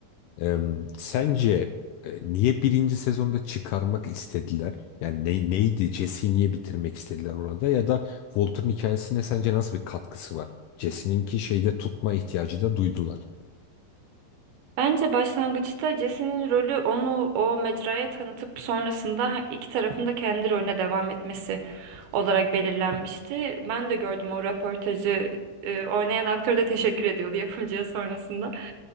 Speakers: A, on the left; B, on the right.
A: Eee, sence e, niye birinci sezonda çıkarmak istediler? Yani ne, neydi? Jesse'yi niye bitirmek istediler orada? Ya da Walter'ın hikayesine sence nasıl bir katkısı var? Jesse'ninki şeyde tutma ihtiyacı da duydular.
B: Bence başlangıçta Jesse'nin rolü onu o mecraya tanıtıp sonrasında iki tarafın da kendi rolüne devam etmesi olarak belirlenmişti. Ben de gördüm o röportajı. Ee, oynayan aktör de teşekkür ediyordu yapımcıya sonrasında.